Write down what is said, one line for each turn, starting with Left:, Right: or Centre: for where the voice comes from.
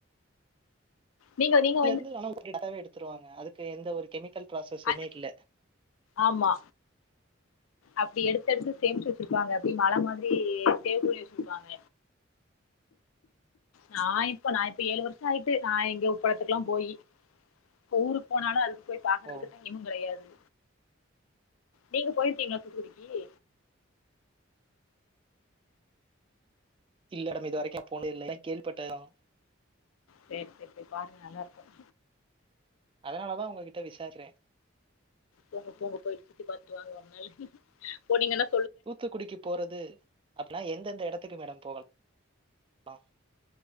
Left: நீங்க நீங்க
Right: <unintelligible>
Left: வந்து
Right: ருவாங்க அதுக்கு எந்த ஒரு கெமிக்கல் ப்ராஸஸுமே
Left: அது
Right: இல்ல
Left: ஆமா அப்டி எடுத்து எடுத்து சேமிச்சு வச்சிருப்பாங்க அப்டி மழை மாரி சேவ் பண்ணி வச்சிருப்பாங்க நான் இப்ப நான் இப்ப ஏழு வருஷம் ஆயிட்டு நான் எங்க உப்படத்துக்கு எல்லாம் போய் இப்ப ஊருக்கு போனாலும் அது போய் பாக்குறதுக்கு
Right: ஓ!
Left: டைமும் கெடையாது நீங்க போயிருக்கீங்களா தூத்துக்குடிக்கு
Right: இல்ல டம் இது வரைக்கும் போனதில்ல எல்லா கேள்விப்பட்டதான்
Left: சேரி சேரி பாருங்க நல்லா இருக்கும்
Right: அதனால தான் உங்ககிட்ட விசாரிக்கிறேன்
Left: போங்க போங்க போயிட்டு சுத்தி பாத்துட்டு வாங்க ஒரு நாலு போனீங்கனா
Right: தூத்துக்குடிக்கு போறது அப் ஆனா எந்தெந்த இடத்துக்கு மேடம் போகலாம்